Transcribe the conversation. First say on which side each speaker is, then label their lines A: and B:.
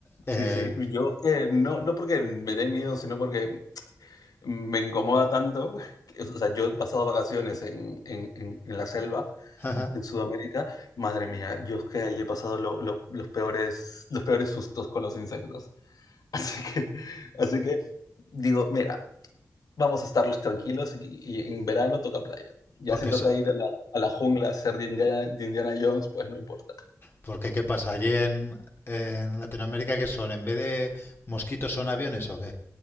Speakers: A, on the left (about 40°); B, on the left (about 80°).
A: Eh,
B: Sí, sí. Yo que no, no porque me dé miedo, sino porque me incomoda tanto. que, o sea, yo he pasado vacaciones en, en- en- en la selva,
A: <laughs>
B: en Sudamérica. Madre mía, yo es que ahí he pasado lo- lo- los, peores, los peores sustos con los insectos. <laughs> Así que, así que digo, mira, vamos a estar tranquilos y, y en verano toca playa. Ya
A: porque,
B: si toca
A: so-
B: ir a la, a la jungla a ser de Indiana, de Indiana Jones, pues no importa.
A: porque, ¿qué pasa? Allí en, en Latinoamérica, ¿qué son? ¿En vez de mosquitos son aviones o qué?